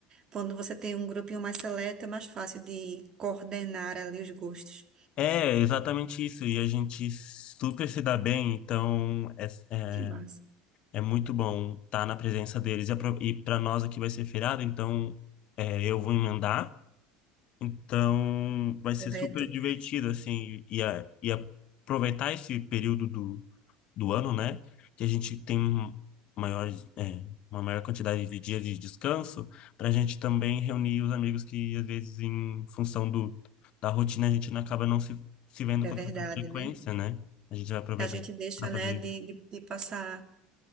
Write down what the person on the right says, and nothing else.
Quando você tem um grupinho mais seleto, é mais fácil de coordenar ali os gostos.
Que massa.
Correto.
É
verdade,
né?
A gente deixa,
né, de, de de passar.